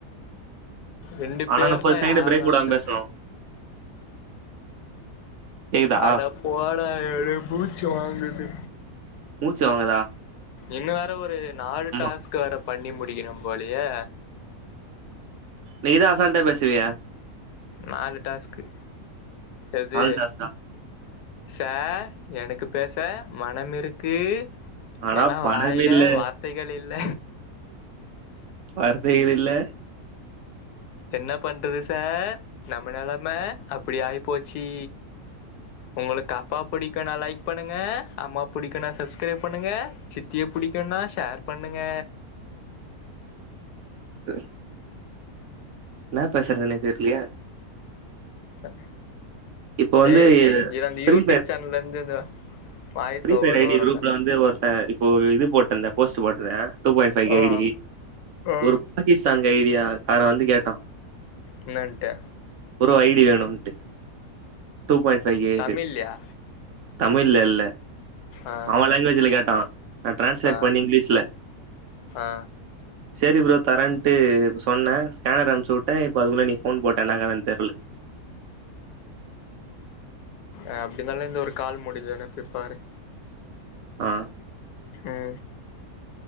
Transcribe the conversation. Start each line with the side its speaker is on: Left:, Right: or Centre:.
Left: ரெண்டு
Right: ஆனா
Left: பேர்ல
Right: முப்பது செகேன்டு
Left: யார்ரா
Right: பிரேக் வுடாம
Left: பேச
Right: பேசணும் கேக்குதா
Left: அட போடா எனக்கு மூச்சு வாங்குது
Right: மூச்சு வாங்குதா
Left: இன்னு வேற ஒரு நாலு
Right: ஆமா
Left: டாஸ்க்கு வேற பண்ணி முடிக்கணு போலயே
Right: நீ தா அசால்டா பேசுவிய
Left: நாலு டாஸ்க்கு எது
Right: ஆல்டாஸ்டா
Left: சார் எனக்கு பேச மனம் இருக்கு
Right: ஆனா
Left: ஏனா
Right: பணமில்ல
Left: வாயில வார்த்தைகள் இல்ல
Right: வார்த்தைகள் இல்ல
Left: என்ன பண்றது சார் நம்ம நெலம அப்டி ஆய்ப்போச்சி ஒங்ளுக்கு அப்பா புடிக்குனா லைக் பண்ணுங்க அம்மா பிடிக்குனா சப்ஸ்கிரைப் பண்ணுங்க சித்திய பிடிக்குனா ஷேர் பண்ணுங்க
Right: உம் என்னா பேசறதுனே தெர்லயே
Left: அது
Right: இப்ப வந்து
Left: ஏய் இது அந்த
Right: ஃப்ரீ
Left: யூடியூப் சேனல்ல இருந்து இந்த voice
Right: free
Left: over
Right: fire ID
Left: வரும்ல
Right: குரூப் ல வந்து ஒருத்தே இப்போ இது போட்டல போஸ்ட்டு போட்ருந்தே டூ பாயிண்ட் ஃபைக்
Left: ஆ
Right: ஐடி
Left: ஆ
Right: ஒரு பாகிஸ்தானுக்கு ஐடியாகார வந்து கேட்டா
Left: என்னட்டு
Right: ஒரு ஐடி வேணுன்ட்டு டூ பாயிண்ட் ஃபைவ் எயிட்டு
Left: தமிழ்யா
Right: தமிழ்ல இல்ல
Left: ஆ
Right: அவ லாங்குவேஜ்ல கேட்டா நா டிரான்ஸ்லேட்
Left: ஆ
Right: பண்ணி இங்கிலீஷ்ல
Left: ஆ
Right: சேரி ப்ரோ தரேன்ட்டு இப்ப சொன்னே ஸ்கேனர் அனுப்ச்சுட்டே இப்ப அதுகுள்ள நீ ஃபோன் போட்ட என்னாக்கதன் தெர்ல
Left: அ அப்டினால இந்த ஒரு கால் முடியஞ்சோன போய் பாரு
Right: ஆ
Left: ம்